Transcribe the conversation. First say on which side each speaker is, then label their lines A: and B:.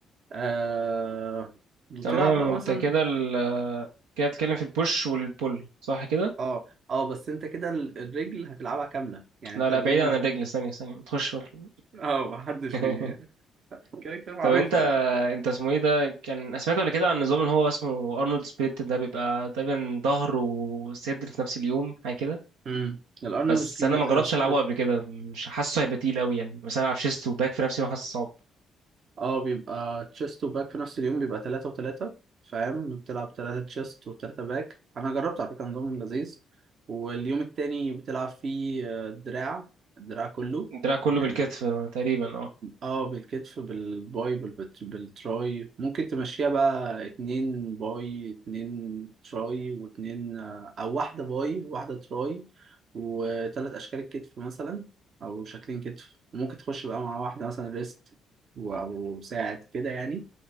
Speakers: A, on the right; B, on the right.
A: آه... وتلعب
B: تمام
A: بقى
B: انت
A: مثلا
B: كده ال كده بتتكلم في البوش والبول صح كده
A: اه اه بس انت كده ال- الرجل هتلعبها كامله يعني
B: لا
A: انت
B: لا
A: اليوم
B: بعيد عن
A: اللي
B: الرجل
A: هت-
B: ثانية ثانية ما تخش في
A: اه محدش
B: <laughs>
A: بي كده كده معروفه
B: طب انت
A: يعني
B: انت اسمه ايه ده كان سمعت قبل كده عن النظام اللي هو اسمه ارنولد سبليت ده بيبقى تقريبا ظهر وصدر في نفس اليوم حاجه كده
A: امم الارنولد
B: بس انا ما جربتش
A: سبليت
B: العبه قبل كده مش حاسه هيبقى تقيل قوي يعني مثلا العب شيست وباك في نفس اليوم حاسه صعب
A: اه بيبقى تشيست وباك في نفس اليوم بيبقى تلاتة وتلاتة فاهم بتلعب تلاتة تشيست وتلاتة باك أنا جربت على فكرة نظام لذيذ واليوم التاني بتلعب فيه آه، دراع الدراع كله
B: الدراع كله
A: يعني
B: بالكتف تقريبا اه
A: اه بالكتف بالباي بالبت- بالتراي ممكن تمشيها بقى اتنين باي اتنين تراي واتنين آه، او واحدة باي وواحدة تراي وتلات اشكال الكتف مثلا او شكلين كتف وممكن تخش بقى مع واحدة مثلا ريست و- او ساعد كده يعني